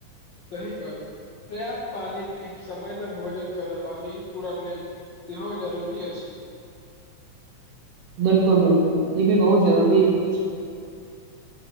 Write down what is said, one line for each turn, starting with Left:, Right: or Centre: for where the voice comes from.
Left: सही बात। पर्याप्त पानि पीब समय पर भोजन करब आ नीद पूरा लेब सेहो जरूरी अछि।
Right: बिल्कुल- बिल्कुल ई भी बहुत जरूरी अछि।